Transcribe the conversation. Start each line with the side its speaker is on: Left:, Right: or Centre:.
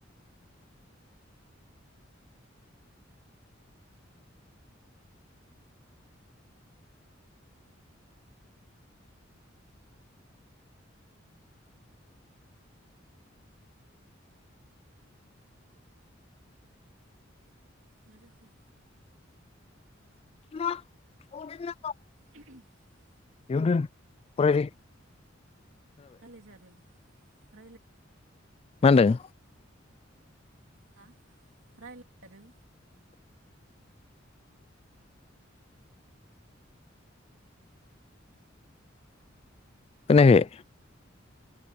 Right: मा जाखो?
Left: <inaudible>
Right: <inaudible>
Left: इयावनो दोन फरायफै।
Right: रायलाय जादों। रायलाय
Left: मा होनदों?
Right: हा रायलायजादों।
Left: खोनायाखै।